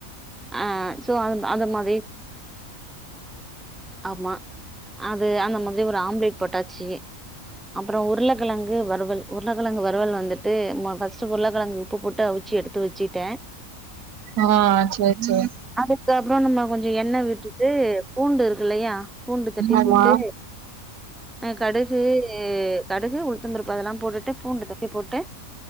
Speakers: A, in the centre; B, on the right.
A: ஆ சோ அந்த அந்த மாதிரி ஆமா அது அந்த மாதிரி ஒரு ஆம்லேட் போட்டாச்சு அப்பற உருளக்கிழங்கு வறுவல் உருளக்கழங்கு வரவல் வந்துட்டு ஃபர்ஸ்ட் உருளைக்கழங்கு உப்பு போட்டு அவி அவுச்சு எடுத்து வச்சுட்ட
B: ஆ சரி சரி
A: அதுக்கப்பற நம்ம கொஞ்ச எண்ணெ விட்டுட்டு பூண்டு இருக்கு இல்லயா பூண்டு தட்டி
B: ஆமா
A: போட்டு கடுகு கடுகு உளுத்தந்தருப்பு அதெல்லா போட்டுட்டு பூண்டு டத்தி போட்டு